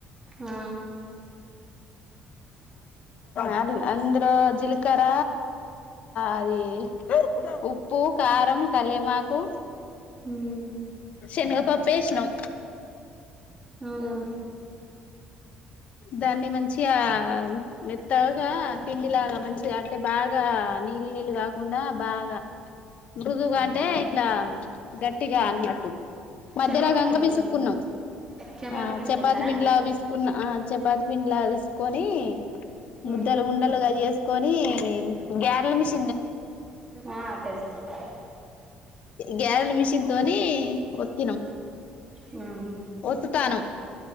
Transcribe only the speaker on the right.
ఆ
మ్మ్
వునా
చపాతి పిండిలు
చపాతి
పిండి
లెక్కనా
మ్మ్
ఆ తెల్స్ తెలు <inaudible>
మ్మ్